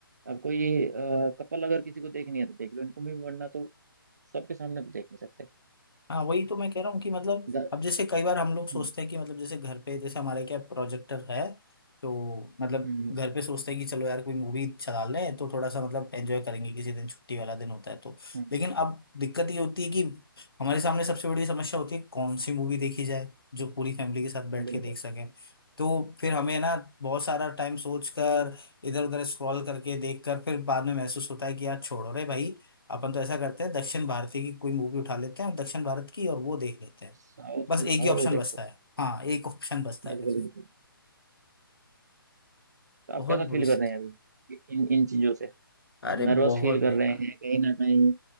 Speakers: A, on the right; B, on the left.
A: अब कोई कपल अगर किसी को देखनी है तो देख लो इनको मूवी वरना तो सबके सामने तो देख नहीं सकते
B: हाँ वही तो मैं कह रहा हूँ कि मतलब
A: द-
B: अब जैसे कई बार हम लोग सोचते
A: हम्म
B: हैं कि मतलब जैसे घर पे जैसे हमारे क्या प्रोजेक्टर है तो मतलब
A: हम्म
B: घर पे सोचते हैं कि चलो यार कोई मूवी चला लें तो थोड़ा सा मतलब एंजॉय करेंगे किसी दिन छुट्टी वाला दिन होता है तो
A: हम्म,
B: लेकिन अब दिक्कत ये होती है कि हमारे सामने सबसे बड़ी समस्या होती है कौन सी मूवी देखी जाए जो पूरी फैमिली के साथ बैठ
A: बिल्कुल
B: के देख सकें तो फिर हमें ना बहुत सारा टाइम सोच कर इधर उधर स्क्रॉल करके देख कर फिर बाद में महसूस होता है कि यार छोड़ो रे भाई अपन तो ऐसा करते हैं दक्षिण भारतीय की कोई मूवी उठा लेते हैं दक्षिण भारत की और वो देख लेते हैं
A: साउथ
B: बस
A: की
B: एक
A: उठाओ
B: ही ऑप्शन
A: वो
B: बचता
A: देखो
B: है हाँ एक ऑप्शन बचता है
A: बिल्कुल
B: फिर
A: बिल्कुल तो आप
B: बहुत
A: कैसा
B: बुरी
A: फील
B: स्थिति
A: कर रहे हैं अभी इन इन चीजों से
B: अरे
A: नर्वस
B: बहुत
A: फील कर
B: बेकार
A: रहे हैं कहीं ना कहीं